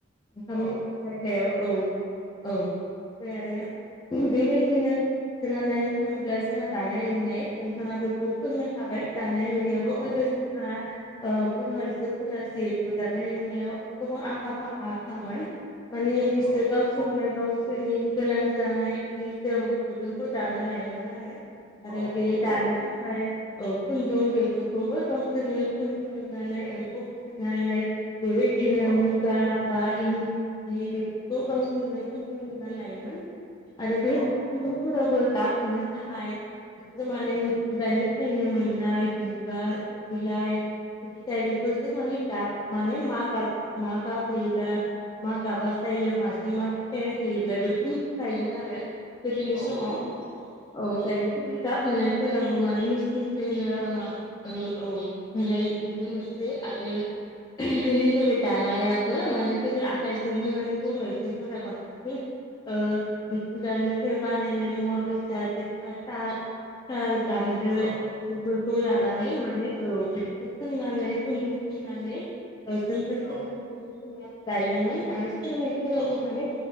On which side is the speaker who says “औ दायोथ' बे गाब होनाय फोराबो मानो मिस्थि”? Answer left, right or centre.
Left